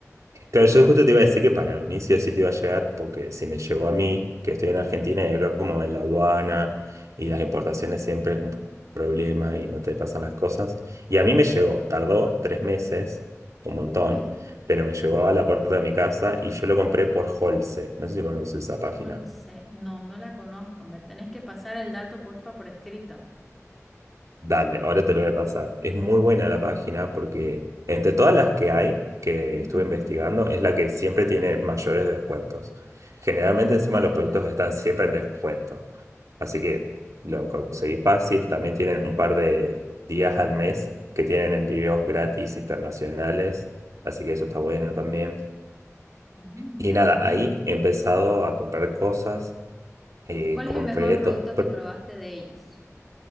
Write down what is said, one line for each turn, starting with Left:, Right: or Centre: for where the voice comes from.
Right: Claro, yo justo te iba a decir que para mí sí o sí te iba a llegar, porque si me llegó a mí, que estoy en Argentina y acá como en la aduana y las importaciones siempre es un problema y no te pasan las cosas. Y a mí me
Centre: Ujú.
Right: llegó, tardó tres meses, un
Centre: Uy,
Right: montón, pero me llegó a la puerta de mi casa y yo lo compré por Holce. No sé si conoces esa página.
Centre: Holse, no, no la conozco. Me tenés que pasar el dato, porfa, por escrito.
Right: Dale, ahora te lo voy a pasar. Es muy buena la página porque entre todas las que hay, que
Centre: Ujú.
Right: estuve investigando, es la que siempre tiene mayores descuentos. Generalmente
Centre: Oh,
Right: encima los
Centre: ya.
Right: productos están siempre en descuento. Así que lo conseguí fácil. También tienen un par de días al mes que tienen envíos gratis internacionales. Así que eso está bueno también.
Centre: Mm, interesante.
Right: Y nada, ahí he empezado a comprar cosas. eh,
Centre: ¿Cuál
Right: compré
Centre: es el mejor producto
Right: dos,
Centre: que probaste de ellos?